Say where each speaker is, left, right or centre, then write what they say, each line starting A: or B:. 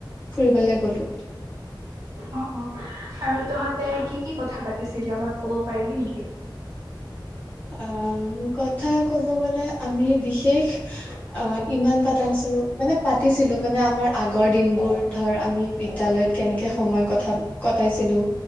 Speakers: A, on the left; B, on the right.
A: ফুৰিবলৈ গ'লো।
B: অ', অ'। আৰু তহঁতে কি কি কথা পাতিছিলি অলপ ক'ব পাৰিবি নেকি?
A: আহ কথা ক'ব গ'লে আমি বিশেষ অ' ইমান পাতা নিছিলো মানে পাতিছিলো মানে আমাৰ আগৰ দিনবোৰ ধৰ আমি বিদ্যালয়ত কেনেকে সময় কথা কটাইছিলোঁ